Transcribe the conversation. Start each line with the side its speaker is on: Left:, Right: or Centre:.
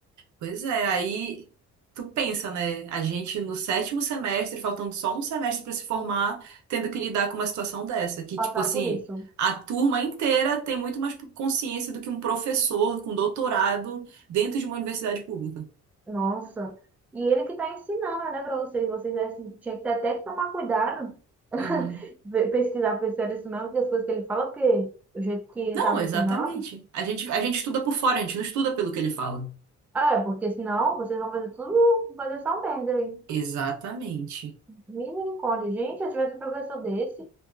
Right: Pois é, aí tu pensa, né? A gente no sétimo semestre, faltando só um semestre pra se formar, tendo que lidar com uma situação dessa, que
Centre: passar
Right: tipo assim,
Centre: por isso?
Right: a turma inteira tem muito mais consciência do que um professor com doutorado dentro de uma universidade pública.
Centre: Nossa. E ele que tá ensinando, né, pra vocês. Vocês assim, tinha que ter até que tomar cuidado,
Right: Uhum.
Centre: <laughs> pesquisar, pesquisar isso mesmo, que as coisas que ele fala, porque o jeito que ele
Right: Não,
Centre: tava
Right: exatamente.
Centre: ensinando.
Right: A gente, a gente estuda por fora, a gente não estuda pelo que ele fala.
Centre: É, porque senão vocês vão fazer tudo, fazer só merda aí.
Right: Exatamente.
Centre: Misericórdia. Gente, se eu tivesse um professor desse,